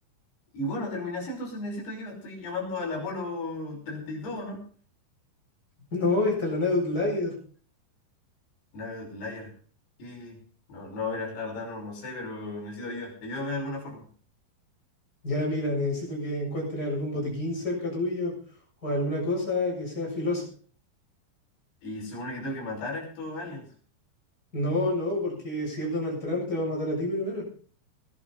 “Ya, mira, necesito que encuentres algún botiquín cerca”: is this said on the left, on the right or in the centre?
Left